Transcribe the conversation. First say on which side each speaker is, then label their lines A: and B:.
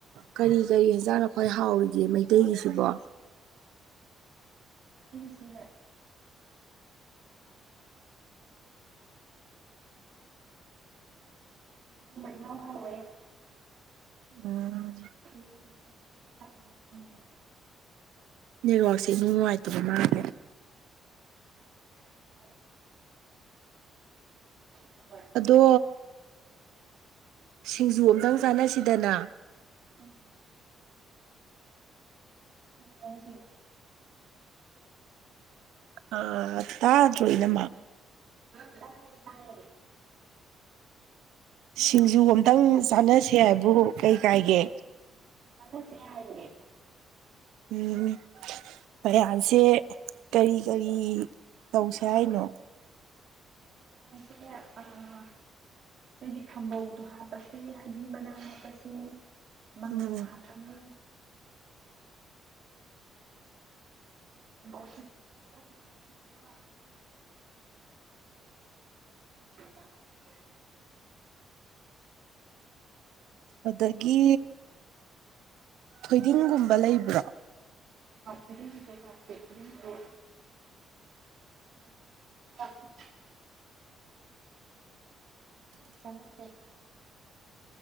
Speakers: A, on the right; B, on the right.
A: ꯀꯔꯤ ꯀꯔꯤ ꯍꯟꯖꯥꯡꯅ ꯈꯋꯥꯏ ꯍꯥꯎꯔꯤꯒꯦ ꯃꯩꯇꯩꯒꯤꯁꯤꯕꯣ
B: ꯎꯁꯤꯂ <unintelligible> ꯃꯥ ꯍꯣꯏ <unintelligible>
A: ꯎꯝ
B: ꯏꯔꯣꯜꯂꯤꯉꯩ ꯄꯨꯂꯞ ꯆꯥꯛꯂꯥꯝ ꯆꯪꯉꯦ
A: ꯅꯦꯠꯋꯥꯛꯁꯦ ꯅꯨꯡꯉꯥꯏꯇꯕ ꯃꯥꯜꯂꯦ
B: <inaudible> ꯇꯧꯔꯦ
A: ꯑꯗꯣ ꯁꯤꯡꯖꯨ ꯑꯝꯇꯪ ꯆꯥꯟꯅꯁꯤꯗꯅ
B: ꯎꯝ ꯆꯥꯟꯅꯁꯤ ꯌꯥꯏ
A: ꯑꯥ ꯇꯥꯗ꯭ꯔꯣ ꯢꯅꯝꯃꯥ
B: ꯇꯥꯏꯌꯦ ꯇꯥꯏꯌꯦ
A: ꯁꯤꯡꯖꯨ ꯑꯝꯇꯪ ꯆꯥꯅꯁꯦ ꯍꯥꯏꯕꯨ ꯀꯩ ꯀꯥꯏꯒꯦ
B: ꯆꯥꯅꯥꯁꯦ ꯌꯥꯏꯌꯦ
A: ꯎꯝ ꯃꯌꯥꯟꯁꯦ ꯀꯔꯤ ꯀꯔꯤ ꯇꯧꯁꯦ ꯍꯥꯏꯅꯣ
B: ꯑ <unintelligible> ꯅꯪꯒꯤ ꯊꯝꯕꯧꯗꯣ ꯍꯥꯞꯄꯁꯦ ꯍꯩꯕꯤ ꯃꯅꯥ ꯍꯥꯞꯄꯁꯦ ꯃꯪꯒꯟ
A: ꯎꯝ
B: ꯍꯞꯄꯅꯤ ꯊꯝꯕꯧ <inaudible> <unintelligible> <unintelligible>
A: ꯑꯗꯒꯤ ꯊꯣꯏꯗꯤꯡꯒꯨꯝꯕ ꯂꯩꯕ꯭ꯔꯣ
B: <inaudible> <unintelligible> <unintelligible> ꯀꯅꯥꯠꯇꯦ <unintelligible>